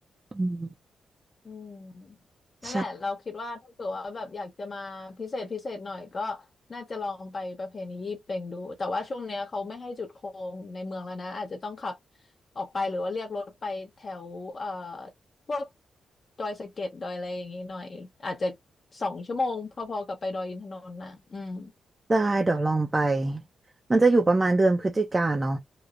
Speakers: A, on the right; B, on the left.
A: อืม
B: อืมนั่นแหละเราคิดว่าถ้าเกิดว่าแบบอยากจะมาพิเศษพิเศษหน่อยก็
A: ใช่
B: น่าจะลองไปประเพณียี่เป่งดูแต่ว่าช่วงเนี้ยเขาไม่ให้จุดโคมในเมืองแล้วนะอาจจะต้องขับออกไปหรือว่าเรียกรถไปแถวเอ่อพวกดอยสะเก็ดดอยอะไรอย่างงี้หน่อยอาจจะสองชั่วโมงพอๆกับไปดอยอินทนนท์นะอืม
A: ได้เดี๋ยวลองไปมันจะอยู่ประมาณเดือนพฤศจิกาเนาะ